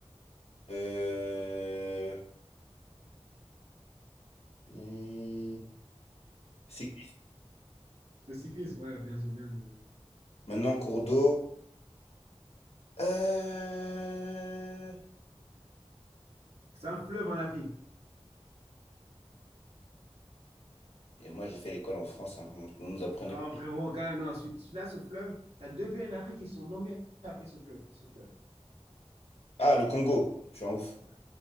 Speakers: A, on the left; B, on the right.
A: Euh, hum, cyclisme.
B: Le cyclisme, ouais, bien sûr, bien sûr. bien sûr.
A: Maintenant, cours d'eau. Euh,
B: C'est un fleuve en Afrique.
A: Et moi, j'ai fait l'école en France. hein, donc on nous apprenait.
B: Non, frérot, quand même, non. celui- Celui-là, ce fleuve, tu as deux pays en Afrique qui sont nommés après ce fleuve. Ce fleuve.
A: Ah, le Congo. Je suis un ouf.
B: Ouais.